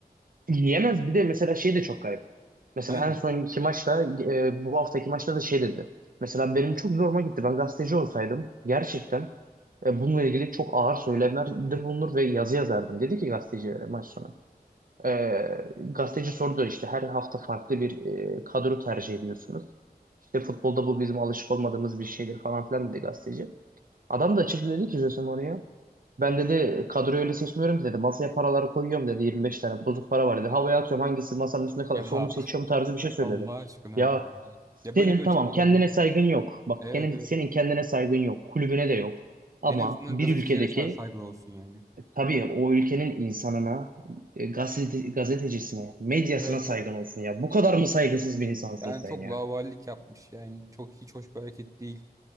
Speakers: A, on the right; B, on the right.
A: Yemez bir de mesela şey de çok garip. Mesela
B: Aynen.
A: en sonki maçta e, bu haftaki maçta da şey dedi. Mesela benim çok zoruma gitti. Ben gazeteci olsaydım gerçekten e, bununla ilgili çok ağır söylemlerde bulunur ve yazı yazardım. Dedi ki gazetecilere maç sonu. E, gazeteci sordu işte her hafta farklı bir e, kadro tercih ediyorsunuz. İşte futbolda bu bizim alışık olmadığımız bir şeydir falan filan dedi gazeteci. Adam da açık dedi ki Jose Mourinho. Ben dedi kadroyu öyle seçmiyorum ki dedi. Masaya paraları koyuyorum dedi. 25 tane bozuk para var dedi. Havaya atıyorum hangisi masanın üstünde kalırsa
B: Ya <laughs>
A: onu seçiyorum tarzı bir şey söyledi.
B: Allah aşkına
A: Ya
B: ya.
A: senin
B: Ya böyle bir
A: tamam
B: açıklama
A: kendine
B: olabilir mi?
A: saygın yok. Bak
B: Evet
A: senin,
B: evet.
A: senin kendine saygın yok. Kulübüne de yok. Ama
B: En azından
A: bir
B: gazetecilere
A: ülkedeki
B: saygılı olsun yani.
A: tabii o ülkenin insanına, e, gazete, gazetecisine, medyasına
B: Evet
A: saygın
B: evet.
A: olsun ya. Bu kadar mı saygısız bir insansın
B: Yani
A: sen
B: çok
A: ya?
B: lavallik yapmış yani çok hiç hoş bir hareket değil.